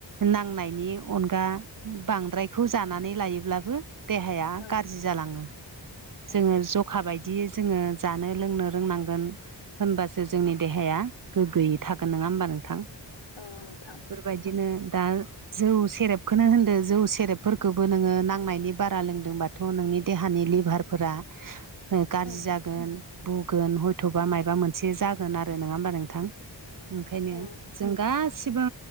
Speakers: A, on the right; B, on the left.
A: नांनायनि अनगा बांद्रायखौ जानानै लायोब्लाबो देहाया
B: औ
A: गाज्रि जालाङो।
B: औ
A: जोङो जखा बायदियै जोङो जानो लोंनो रोंनांगोन। होनबासो जोंनि देहाया गोग्गोयै थागोन नोङा ओमबा नोंथां?
B: औ नोंथां।
A: बेबायदिनो दा जौ सेरेबखोनो होनदो जौ सेरेबफोरखौबो नोङो नांनायनि बारा लोंदोंबाथ' नोंनि देहानि लिभार फोरा ओ गारजि
B: औ
A: जागोन। बुंगोन हयथ'बा मायबा मोनसे जागोन आरो नोङा ओमबा नोंथां ओंखायनो
B: औ
A: जों गासिबो